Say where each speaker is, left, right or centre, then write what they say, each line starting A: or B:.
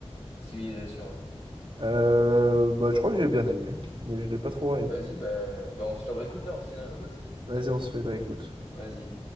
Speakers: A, on the left; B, on the right.
A: Civilisation, ouais.
B: Euh, bah, je crois que j'ai bien aimé, mais je l'ai pas trop
A: Vas-y,
B: aimé.
A: bah, bah, on se le réécoute là, on se fait une réécoute.
B: Vas-y, on se fait une réécoute.
A: Vas-y.